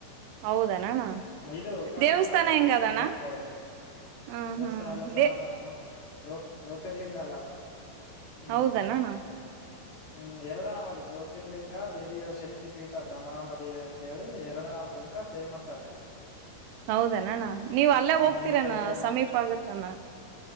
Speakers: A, on the right (about 85°); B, on the left (about 55°).
A: ಹೌದನಣ್ಣ
B: ಇದು ಕರ್ನೂಲ್
A: ದೇವಸ್ಥಾನ
B: ಟಚ್ ಆಗ್ತದ
A: ಹೆಂಗ ಅದಣ್ಣ
B: ಶ್ರೀಶಲ್ಕ್ ಹೋದ್ರೆ
A: ಹ್ಮ್
B: ದೇವಸ್ಥಾನ
A: ಹ್ಮ್
B: ಎಲ್ಲ ಚಲೋ
A: ದೇ
B: ಅದ್ ನೋಡಮ್ಮ ಜ್ಯೋ ಜ್ಯೋತಿರ್ಲಿಂಗ ಅಲ್ಲ ಅದು ಹ್ಮ್
A: ಹೌದಣಣ್ಣ
B: ಹ್ಮ್ ಎರಡ ಆಾವಲ್ಲ ಜ್ಯೋತಿ ತ್ತಿರ್ಲಿಂಗ ದೇವಿಯವ ಶಕ್ತಿ ಪೀಠ ಬ್ರಹ್ಮರಾಂಬ ದೇವಿ ಅಂತ ಹೇಳಿ ಎರಡಾವದಕ ಫೇಮಸ್ ಅಲ್ಲಿ
A: <unintelligible> ಹೌದಣಣ್ಣ ನೀವ್ ಅಲ್ಲೇ
B: ಹ
A: ಹೋಗ್ತೀರಣ
B: ನಿಮ್ ಕಡೆಗ
A: ಸಮೀಪ ಆಗತ್ತಣ